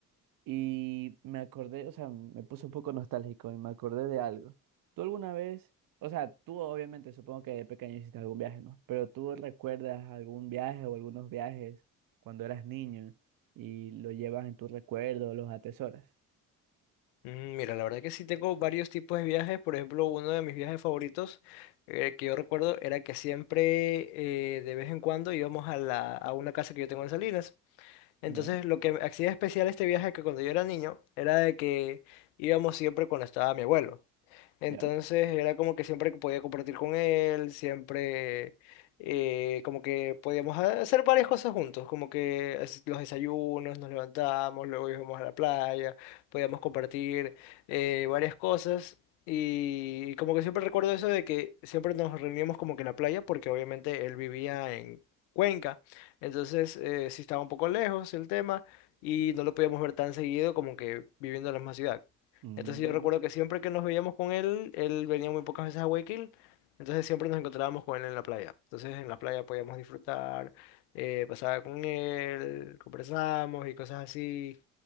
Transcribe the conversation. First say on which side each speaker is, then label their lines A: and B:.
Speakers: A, on the right; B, on the left.
A: y me acordé, o sea, me puse un poco nostálgico y me acordé de algo. ¿Tú alguna vez, o sea, tú obviamente supongo que de pequeño hiciste algún viaje, ¿no? Pero tú recuerdas algún viaje o algunos viajes cuando eras niño y lo llevas en tus recuerdos, los atesoras.
B: Mm, Mira, la verdad que sí tengo varios tipos de viajes. Por ejemplo, uno de mis viajes favoritos eh, que yo recuerdo era que siempre, eh, de vez en cuando, íbamos a, la, a una casa que yo tengo en Salinas.
A: ¿Ya?
B: Entonces, lo que me hacía especial este viaje que cuando yo era niño era de que íbamos siempre cuando estaba mi abuelo. Entonces
A: ¿Ya?
B: era como que siempre que podía compartir con él, siempre eh, como que podíamos hacer varias cosas juntos, como que as- los desayunos, nos levantamos, luego íbamos a la playa, podíamos compartir eh, varias cosas. Y como que siempre recuerdo eso de que siempre nos reuníamos como que en la playa, porque obviamente él vivía en Cuenca, entonces eh, sí estaba un poco lejos el tema y no lo podíamos ver tan seguido como que viviendo en la misma ciudad.
A: Mm,
B: Entonces yo recuerdo que siempre que nos veíamos con él, él venía muy pocas veces a Guayaquil, entonces siempre nos encontrábamos con él en la playa. Entonces en la playa podíamos disfrutar, eh, pasaba con él, conversábamos y cosas así.